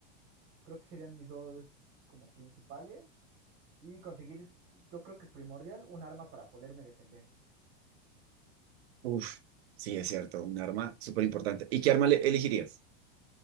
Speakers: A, on the right (about 30°); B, on the right (about 60°).
A: Creo que serían mis dos como principales. y conseguir, yo creo que primordial, un arma para poderme defender.
B: Uf, sí, es cierto, un arma súper importante. ¿Y qué arma le- elegirías?